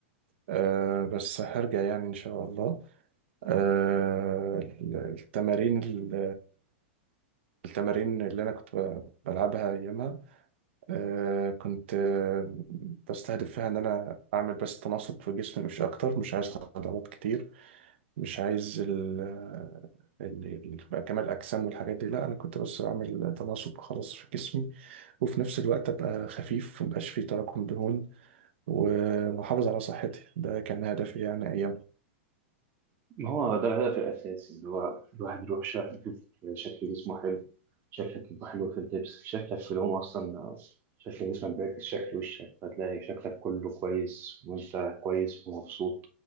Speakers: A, on the right; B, on the right.
A: آه بس هرجع يعني إن شاء الله آه، التمارين ال- التمارين اللي انا كنت ب- بلعبها ايامها آه، كنت آه، بستهدف فيها ان انا اعمل بس تناسق في جسمي مش اكتر مش عايز عضلات كتير مش عايز ال ال- ال- يبقى كمال الاجسام والحاجات دي لا انا كنت بس بعمل تناسق خلاص في جسمي وفي نفس الوقت ابقى خفيف مبقاش فيه تراكم دهون و- واحافظ على صحتي ده كان هدفي يعني ايام
B: ما هو ده الهدف الأساسي اللي هو الواحد يروح شا- يشوف شكل جسمه حلو شكلك يبقى حلو في اللبس شكلك في العموم أصلا شكل جسمك بيعكس شكل وشك فتلاقي شكلك كله كويس وأنت كويس ومبسوط